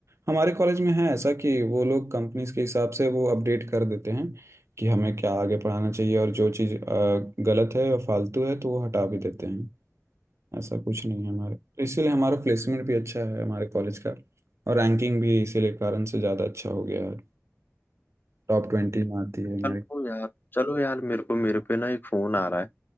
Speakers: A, on the right; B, on the left.
A: हमारे कॉलेज में है ऐसा कि वो लोग कंपनीज के हिसाब से वो अपडेट कर देते हैं कि हमें क्या आगे पढ़ाना चाहिए और जो चीज़ अ, गलत है या फालतू है तो वो हटा भी देते हैं ऐसा कुछ नहीं है हमारे तो इसीलिए हमारा प्लेसमेंट भी अच्छा है हमारे कॉलेज का और रैंकिंग भी इसीलिए कारण से ज़्यादा अच्छा हो गया है टॉप ट्वेंटी में आती है हमारी
B: चलो यार चलो यार मेरे को मेरे पे ना एक फोन आ रहा है